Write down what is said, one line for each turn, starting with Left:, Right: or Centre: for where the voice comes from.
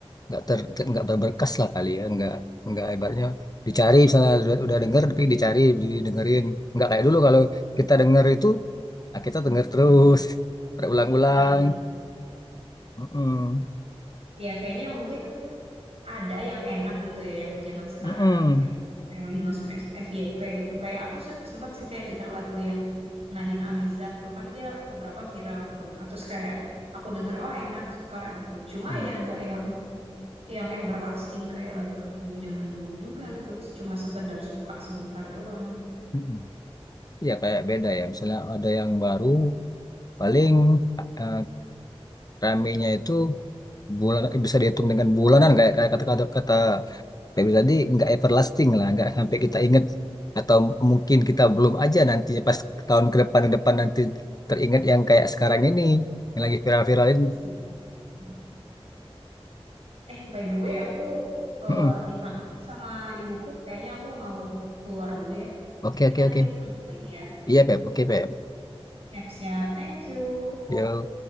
Left: nggak ter nggak berberkas lah kali ya nggak nggak ibaratnya dicari misalnya udah, udah denger tapi dicari didengerin nggak kayak dulu kalau kita denger itu ah, kita denger terus <laughs> berulang-ulang
Right: Hmm, Benar-benar.
Left: Mm-mm.
Right: Ya kayaknya mungkin ada yang enak gitu ya yang zaman sekarang
Left: Mm-mm.
Right: yang viral atau yang lagi masuk S- FYP gitu kayak aku se- sempet sih kayak denger lagu yang Nadine Amizah tuh kan dia beberapa viral tuh nah terus kayak aku denger oh enak suka gitu cuma
Left: Mm.
Right: ya nggak yang yang everlasting kayak lagu-lagu zaman dulu juga gitu cuma sekedar suka sebentar doang
Left: Mm-mm. Iya kayak beda ya misalnya ada yang baru paling eh, ramenya itu bulan bisa dihitung dengan bulanan kayak kayak kata kata kata kayak tadi nggak everlasting lah nggak sampai kita ingat atau mungkin kita belum aja nantinya pas tahun ke depan ke depan nanti teringat yang kayak sekarang ini yang lagi viral viralin
Right: Benar sih. Mhm. eh by the way aku eh,
Left: <laughs>
Right: dipanggil nih sama ibuku kayaknya aku mau keluar dulu ya
Left: oke
Right: mungkin
Left: oke
Right: nanti
Left: oke
Right: kita lanjut lagi ya
Left: iya Pep oke Pep
Right: siap-siap thank you
Left: Yo.